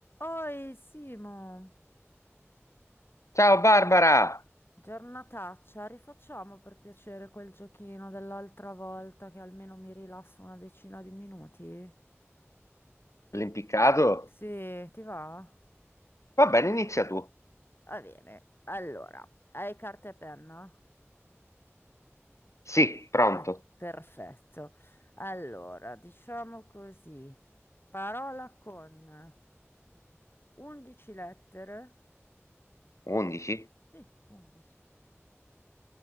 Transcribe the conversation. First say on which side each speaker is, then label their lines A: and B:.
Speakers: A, on the left; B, on the left.
A: Oi Simo,
B: Ciao Barbara,
A: giornataccia, rifacciamo per piacere quel giochino dell'altra volta che almeno mi rilasso una decina di minuti?
B: l'impiccato?
A: Sì, ti va?
B: Va bene, inizia tu.
A: Va bene. Allora, hai carta e penna?
B: Sì, pronto.
A: Ah, perfetto. Allora, diciamo così. Parola con 11 lettere.
B: 11?
A: Sì, 11.